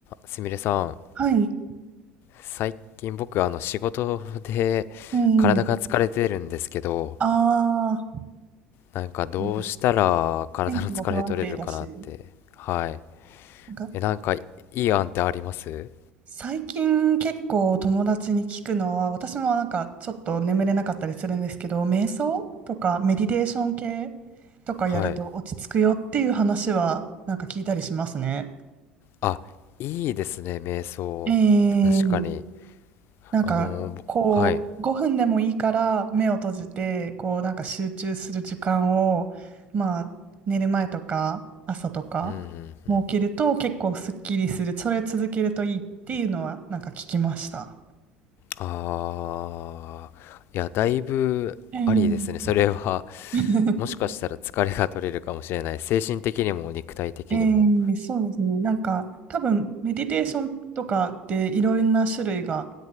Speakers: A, on the left (about 50°); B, on the right (about 35°).
A: すみれさん、
B: はい。
A: 最近僕あの仕事で
B: うん、
A: 体が疲れてるんですけど、
B: ああ
A: なんかどうしたら体の疲れ取れるかなって。
B: でも天気も不安定だし。
A: はい。
B: なんか、
A: え、なんかいい案ってあります
B: 最近結構友達に聞くのは、私もなんかちょっと眠れなかったりするんですけど、瞑想とかメディテーション系とかやると落ち着くよっていう話はなんか聞いたりしますね。
A: はい。あ、いいですね、瞑想。
B: ええ
A: 確かに。
B: なんか、
A: あのー、ぼはい。
B: こう、5分でもいいから目を閉じて、こう、なんか集中する時間を、まあ、寝る前とか、朝とか、
A: うんうん。
B: 設けると結構すっきりする。それ続けるといいっていうのは、なんか聞きました。
A: あー。いや、だいぶありですね。
B: うん。
A: それは、
B: <laughs>
A: もしかしたら疲れが取れるかもしれない。精神的にも肉体的にも。
B: ええそうですね。なんか、多分、メディテーションとかっていろんな種類が